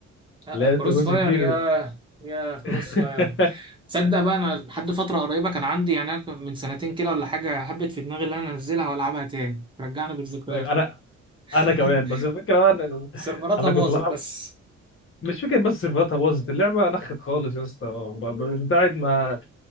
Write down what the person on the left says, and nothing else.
لعبت
جزء
كبير
<laughs>
انا انا
كمان بس الفكره بقى ان
انا
كنت بلعب
مش فكره بس سيرفراتها باظت اللعبه نخت خالص يا اسطى ب- ب- من ساعه ما